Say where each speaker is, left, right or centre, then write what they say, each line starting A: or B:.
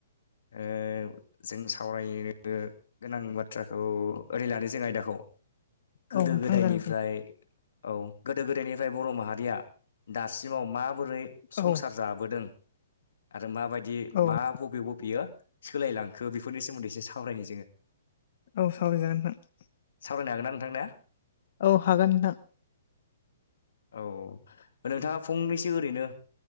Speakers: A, on the left; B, on the left.
A: ओ जों सावरायनो ओ गोनां बाथ्राखौ ओरै लानो जों आयदाखौ गोदो
B: औ नोंथां
A: गोदायनिफ्राय
B: जागोन
A: औ गोदो गोदायनिफ्राय बर' माहारिया दासिमाव माबोरै संसार
B: औ
A: जाबोदों आरो माबाय दि
B: औ
A: मा बबे बबेयो सोलायलांखो बेफोरनि सोमोन्दै एसे सावरायनो जोङो
B: औ सावरायजागोन नोंथां
A: सावरायनो हागोना नोंथां ना
B: औ हागोन नोंथां
A: औ नोंथाङा फंनैसो ओरैनो